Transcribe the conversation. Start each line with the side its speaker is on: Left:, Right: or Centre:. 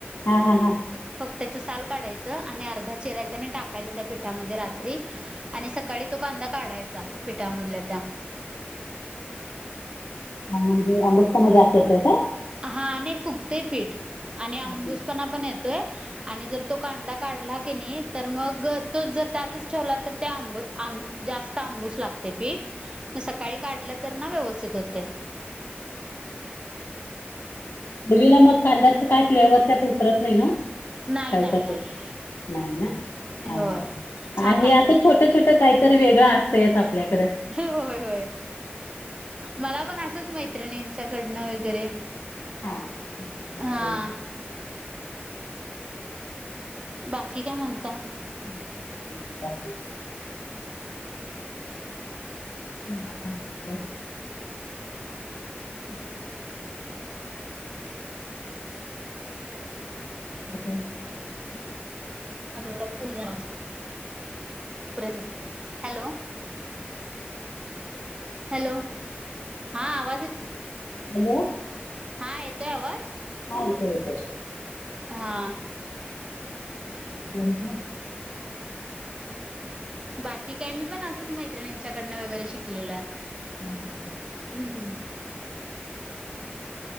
Left: हा हा हा
Right: फक्त त्याच साल काढायचं आणि अर्धा चिरायच आणि टाकायचं त्या पिठामध्ये रात्री आणि सकाळी तो कांदा काढायचा पिठामधल्या त्या
Left: म्हणजे अंमूजपणा जास्त येतय का
Right: हा नाही फुकतय पीठ आणि अंबुसपणा
Left: ओके
Right: पण येतोय आणि जर तो त कांदा काढला की नाही,, तर मग तो जर त्यातच ठेवला,, तर त्या आंब आं जास्त आंबूस लागतोऽ ते पीठ,, म सकाळी काढलं तर ना व्यवस्थित होतय.
Left: दिवीला मग कांद्याच काय फ्लेवर त्यात उतरत नाही ना?
Right: नाही
Left: ठेवता
Right: नाही नाही
Left: ते,, नाही ना,, ह
Right: होय
Left: हा
Right: छान
Left: हे
Right: लागते
Left: असं छोटं, छोट काहीऽ तर वेगळं असतंयचआपल्याकड.
Right: होय होय,, मला पण असंच, मैत्रिणीच्याकडनं वगैरे.
Left: हा,, म
Right: हा
Left: तेऽ
Right: बाकी काय म्हणताय?
Left: ब का? म् अंतसय. त काय.
Right: <unintelligible> हॅलो हॅलो, हा आवाज येत
Left: हॅलो
Right: हा, येतोय आवाज?
Left: हा, येतोय-येतोय.
Right: हां.
Left: <unintelligible>
Right: बाकी काय, मी पण असंच मैत्रिणींच्याकडन वगैरे शिकलेलो आय.
Left: ह ह <inaudible>
Right: हम हम <inaudible>